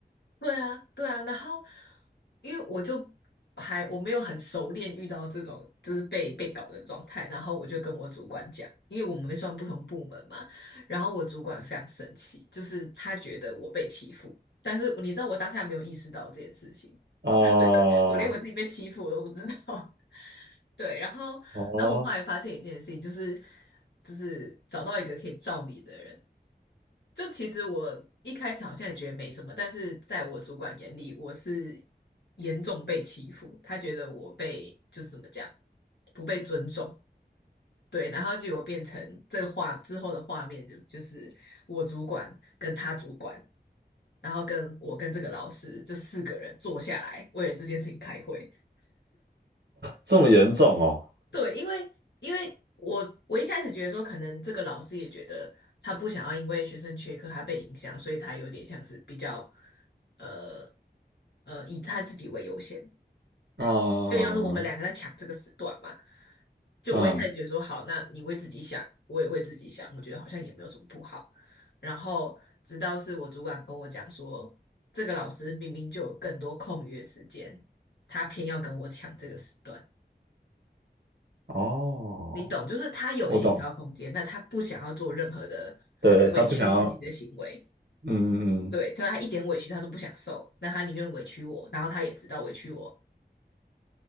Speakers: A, on the left; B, on the right.
A: 对啊，对啊，然后因为我就还我没有很熟练遇到这种就是被被搞的状态，然后我就跟我主管讲，因为我们算不同部门嘛，然后我主管非常生气，就是他觉得我被欺负，但是你知道我当下没有意识到这件事情，
B: 哦
A: <laughs> 我连我自己被欺负我都不知道。<laughs> 对，然后，
B: 哦，
A: 然后我后来发现一件事情，就是就是找到一个可以罩你的人，就其实我一开始好像也觉得没什么，但是在我主管眼里，我是严重被欺负，他觉得我被就是怎么讲，不被尊重。对，然后结果变成这个画之后的画面就就是我主管跟他主管，然后跟我跟这个老师就四个人坐下来为了这件事情开会。
B: 这么严重哦，
A: 对，因为因为我我一开始觉得说，可能这个老师也觉得他不想要因为学生缺课他被影响，所以他有点像是比较呃呃以他自己为优先，
B: 嗯
A: 就要是我们两个在抢这个时段嘛。就我一开始觉得说，
B: 嗯
A: 好，那你为自己想，我也为自己想，我觉得好像也没有什么不好。然后直到是我主管跟我讲说，这个老师明明就有更多空余的时间，他偏要跟我抢这个时段。
B: 哦，
A: 你懂，就是他有协调空间，
B: 我懂，
A: 但他不想要做任何的
B: 对，
A: 委屈自己的行为。
B: 他不想要，嗯嗯嗯，
A: 对，对他一点委屈他都不想受，那他宁愿委屈我，然后他也知道委屈我。